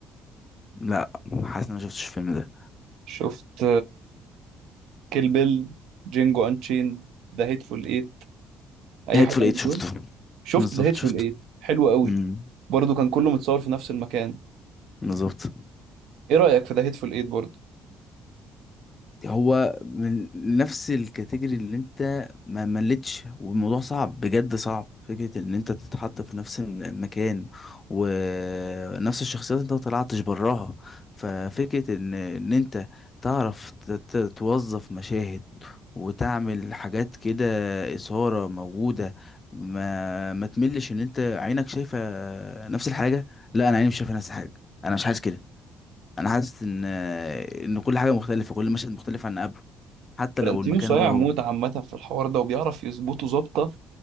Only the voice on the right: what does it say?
شفت كيل بيل جينجو انشين ذا هيتفول ايت اي
حاجه من
دول شفت
ذا هيتفول
ايت حلو قوي
برضه كان كله متصور في نفس المكان
ايه رايك في ذا هيتفول ايت برضه
فلانتينو
صايع
موت عامة في الحوار ده وبيعرف يظبطه ظابطة